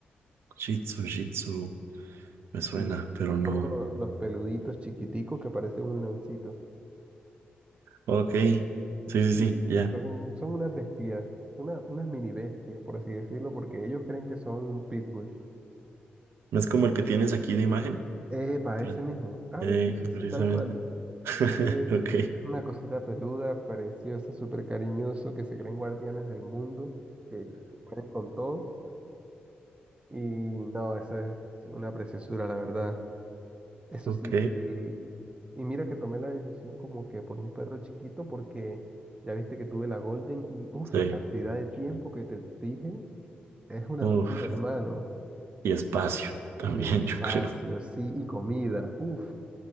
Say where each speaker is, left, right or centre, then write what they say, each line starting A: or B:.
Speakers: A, on the right; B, on the right.
A: Shih Tzu, Shih Tzu, me suena,
B: Sí,
A: pero no.
B: son lo- los peluditos chiquiticos que parecen un leoncito.
A: Ok, sí, sí,
B: Sí,
A: sí, ya.
B: son, son unas bestias, una, unas mini bestias, por así decirlo, porque ellos creen que son un pitbull.
A: No es como el que tienes aquí de imagen,
B: Epa,
A: pero,
B: ese mismo. Ah,
A: eh,
B: sí, sí, sí,
A: precisamente.
B: tal cual.
A: <laughs>
B: Es
A: Ok,
B: una cosita peluda, preciosa, súper cariñoso, que se creen guardianes del mundo, que, que pueden con todo. Y no, eso es una preciosura, la verdad. Eso
A: ok,
B: sí, el... y mira que tomé la decisión como que por un perro chiquito, porque ya viste que tuve la Golden y uff,
A: sí.
B: la cantidad de tiempo que te exige. Es una
A: Uf.
B: locura, hermano.
A: Y espacio también,
B: Y espacio,
A: <laughs> yo creo.
B: sí, y comida. Uf,